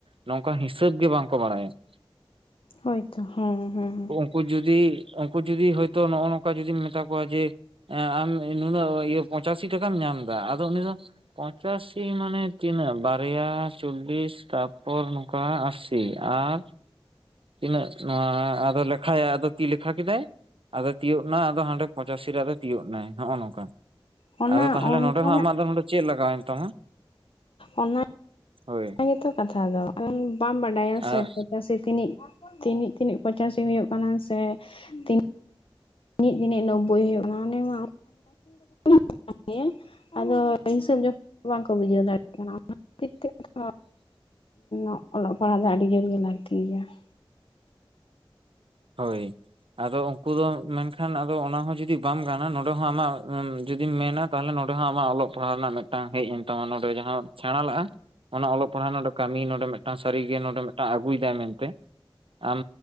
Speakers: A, on the right; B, on the left.
A: ᱱᱚᱝᱠᱟ ᱦᱤᱥᱟᱹᱵ ᱜᱮ ᱵᱟᱝᱠᱚ ᱵᱟᱲᱟᱭᱟ ᱾
B: ᱦᱳᱭᱛᱚ ᱦᱮᱸ ᱦᱮᱸ ᱾
A: ᱩᱱᱠᱩ ᱡᱩᱫᱤ ᱩᱱᱠᱩ ᱡᱩᱫᱤ ᱦᱚᱭᱛᱳ ᱱᱚᱜᱼᱚ ᱱᱚᱝᱠᱟ ᱡᱩᱫᱤᱢ ᱢᱮᱛᱟ ᱠᱚᱣᱟ ᱡᱮ ᱮᱸ ᱟᱢ ᱱᱩᱱᱟᱹᱜ ᱤᱭᱟᱹ ᱯᱚᱸᱪᱟᱥᱤ ᱴᱟᱠᱟᱢ ᱧᱟᱢ ᱮᱫᱟ ᱟᱫᱚ ᱩᱱᱤ ᱫᱚ ᱯᱚᱸᱪᱟᱥᱤ ᱢᱟᱱᱮ ᱛᱤᱱᱟᱹᱜ ᱵᱟᱨᱭᱟ ᱪᱚᱞᱞᱤᱥ ᱛᱟ ᱯᱳᱚᱨ ᱱᱚᱝᱠᱟ ᱟᱥᱤ ᱟᱨ ᱛᱤᱱᱟᱹᱜ ᱱᱚᱣᱟ ᱟᱨᱚ ᱞᱮᱠᱷᱟᱭᱟ ᱟᱫᱚ ᱛᱤ ᱞᱮᱠᱷᱟ ᱠᱮᱫᱟᱭ ᱟᱫᱚ ᱛᱤᱭᱳᱜ ᱱᱟ ᱟᱫᱚ ᱦᱟᱸᱰᱮ ᱯᱚᱸᱪᱟᱥᱤ ᱨᱮ ᱟᱫᱚ ᱛᱤᱭᱚᱜ ᱱᱟᱭ ᱱᱚᱜᱼᱚ ᱱᱚᱝᱠᱟ ᱾
B: ᱚᱱᱟ
A: ᱟᱫᱚ ᱛᱟᱦᱚᱞᱮ
B: ᱚᱱᱠᱟᱱᱟᱜ
A: ᱱᱚᱰᱮ ᱦᱚᱸ ᱟᱢᱟᱜ ᱫᱚ ᱱᱚᱰᱮ ᱪᱮᱫ ᱞᱟᱜᱟᱣᱮᱱ ᱛᱟᱢᱟ?
B: ᱚᱱᱟ
A: ᱦᱳᱭ
B: ᱜᱮᱛᱚ ᱠᱟᱛᱷᱟ ᱫᱚ ᱵᱟᱢ ᱵᱟᱰᱟᱭᱟ ᱥᱮ
A: ᱟᱨ
B: ᱾ ᱯᱚᱪᱟᱥᱤ ᱛᱤᱱᱤᱜ ᱛᱤᱱᱤᱜ ᱛᱤᱱᱤᱜ ᱯᱚᱪᱟᱥᱤ ᱦᱩᱭᱩᱜ ᱠᱟᱱᱟ ᱥᱮ ᱛᱤ ᱛᱤᱱᱤᱜ ᱛᱤᱱᱤᱜ ᱱᱚᱵᱵᱚᱭ ᱦᱩᱭᱩᱜᱼᱟ ᱤᱱᱤ ᱢᱟ <inaudible> <inaudible> ᱟᱫᱚ ᱦᱤᱥᱟᱹᱵ ᱡᱚᱠᱷᱟ ᱵᱟᱝᱠᱚ ᱵᱩᱡᱷᱟᱹᱣ ᱫᱟᱲᱮᱭᱟᱜ ᱠᱟᱱᱟ ᱚᱱᱟ ᱠᱷᱟᱹᱛᱤᱨ ᱛᱮᱜᱮ ᱛᱚ ᱚᱻ ᱚᱞᱚᱜ ᱯᱟᱲᱦᱟᱜ ᱫᱚ ᱟᱹᱰᱤ ᱡᱳᱨᱜᱮ ᱞᱟᱹᱠᱛᱤ ᱜᱮᱭᱟ ᱾
A: ᱦᱳᱭ ᱾ ᱟᱫᱚ ᱩᱱᱠᱩ ᱫᱚ ᱢᱮᱱᱠᱷᱟᱱ ᱟᱫᱚ ᱚᱱᱟᱦᱚᱸ ᱡᱩᱫᱤ ᱵᱟᱢ ᱜᱟᱱᱟ ᱱᱚᱸᱰᱮ ᱦᱚᱸ ᱟᱢᱟᱜ ᱡᱩᱫᱤᱢ ᱢᱮᱱᱟ ᱛᱟᱦᱚᱞᱮ ᱱᱚᱰᱮ ᱦᱚᱸ ᱟᱢᱟᱜ ᱚᱞᱚᱜ ᱯᱟᱲᱦᱟᱜ ᱨᱮᱱᱟᱜ ᱢᱤᱫᱴᱟᱝ ᱦᱮᱡ ᱮᱱ ᱛᱟᱢᱟ ᱱᱚᱰᱮ ᱡᱟᱦᱟᱸ ᱥᱮᱬᱟ ᱞᱟᱜᱼᱟ ᱾ ᱚᱱᱟ ᱚᱞᱚᱜ ᱯᱟᱲᱦᱟᱜ ᱱᱚᱰᱮ ᱠᱟᱹᱢᱤ ᱱᱚᱰᱮ ᱢᱤᱫᱴᱟᱝ ᱥᱟᱹᱨᱤᱜᱮ ᱱᱚᱰᱮ ᱢᱤᱫᱴᱟᱝ ᱟᱹᱜᱩᱭᱮᱫᱟᱭ ᱢᱮᱱᱛᱮ ᱾ ᱟᱢ